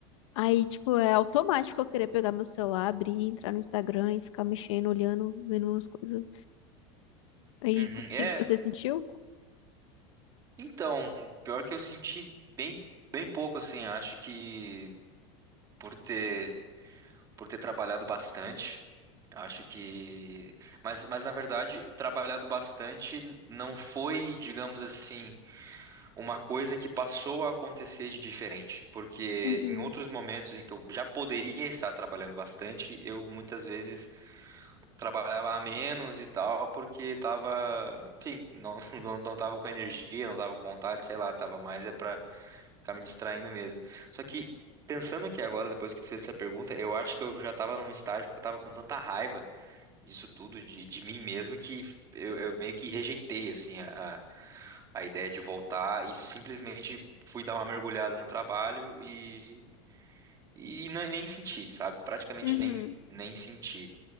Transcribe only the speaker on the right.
Uhum.
É,
então, pior que eu senti bem, bem pouco, assim, acho que por ter, por ter trabalhado bastante, acho que, mas, mas na verdade, trabalhado bastante não foi, digamos assim, uma coisa que passou a acontecer de diferente, porque
em outros momentos em que eu já poderia estar trabalhando bastante, eu muitas vezes trabalhava a menos e tal, porque estava, enfim, não, <laughs> não, não tava com energia, não tava com vontade, sei lá, tava mais é para ficar me distraindo mesmo. Só que Pensando aqui agora, depois que tu fez essa pergunta, eu acho que eu já estava num estágio que eu estava com tanta raiva disso tudo, de, de mim mesmo, que eu, eu meio que rejeitei, assim, a a ideia de voltar e simplesmente fui dar uma mergulhada no trabalho e, e ne- nem senti, sabe? Praticamente
nem, nem senti.